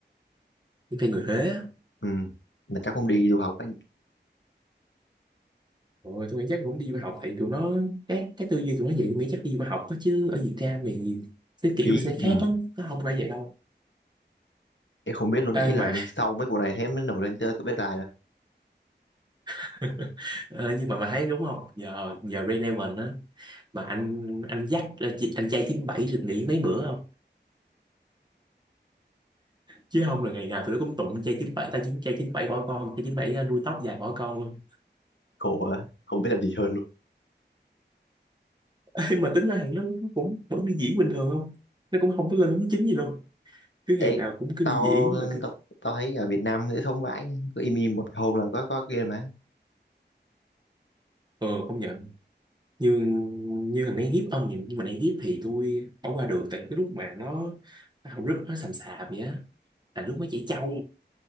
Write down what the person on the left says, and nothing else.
ừ mà chắc cũng đi du học á
phí
ừ.
em không biết luôn đấy,
ý là
sau mấy vụ này hết mới nổi lên cho tôi biết lại là
khổ quá, không biết làm gì hơn luôn
đấy
tao
tao, tao thấy ở Việt Nam dễ sống vãi cứ im im một hôm là có có kia mà